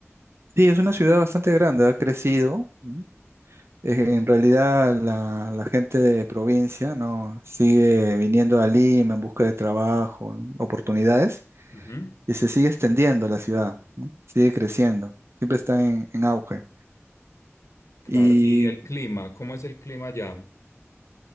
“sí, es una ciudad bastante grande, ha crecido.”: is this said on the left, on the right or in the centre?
Right